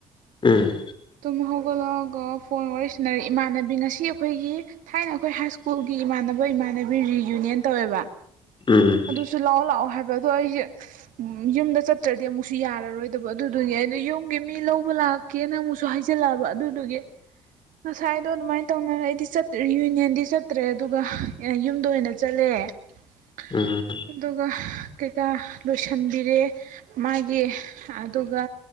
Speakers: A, on the left; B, on the right.
A: ꯎꯝ
B: ꯇꯨꯝ ꯍꯧꯒꯠꯂꯛꯑꯒ ꯐꯣꯟ ꯋꯥꯔꯤ ꯁꯤꯟꯅꯔꯦ ꯏꯃꯥꯟꯅꯕꯤ ꯉꯁꯤ ꯑꯩꯈꯣꯏꯒꯤ ꯊꯥꯏꯅ ꯑꯩꯈꯣꯏ ꯍꯥꯏ ꯁ꯭ꯀꯨꯜꯒꯤ ꯏꯃꯥꯟꯅꯕ ꯏꯃꯥꯟꯅꯕꯤ ꯔꯤꯌꯨꯅꯤꯌꯟ ꯇꯧꯋꯦꯕ
A: ꯎꯝ
B: ꯑꯗꯨꯁꯨ ꯂꯥꯛꯑꯣ ꯂꯥꯛꯑꯣ ꯍꯥꯏꯕ ꯑꯗꯣ ꯑꯩꯁꯦ ꯌꯨꯝꯗ ꯆꯠꯇ꯭ꯔ ꯑꯗꯨꯗꯤ ꯑꯃꯨꯛꯁꯨ ꯌꯥꯔꯔꯣꯏꯗꯕ ꯑꯗꯨꯗꯨꯒꯤ ꯑꯩꯗꯣ ꯌꯨꯝꯒꯤ ꯃꯤ ꯂꯧꯕ ꯂꯥꯛꯀꯦꯅ ꯑꯃꯨꯛꯁꯨ ꯍꯥꯏꯖꯤꯜꯂꯛꯑꯕ ꯑꯗꯨꯗꯨꯒꯤ ꯉꯁꯥꯏꯗꯣ ꯑꯗꯨꯃꯥꯏꯅ ꯇꯧꯅꯔ ꯑꯩꯗꯤ ꯆꯠ ꯔꯤꯌꯨꯅꯤꯌꯟꯗꯤ ꯆꯠꯇ꯭ꯔꯦ ꯑꯗꯨꯒ ꯌꯨꯝꯗ ꯑꯣꯏꯅ ꯆꯠꯂꯦ <unintelligible>
A: ꯎꯝ
B: ꯑꯗꯨꯒ ꯀꯩꯀꯥ ꯂꯣꯏꯁꯤꯟꯕꯤꯔꯦ ꯃꯥꯒꯤ ꯑꯗꯨꯒ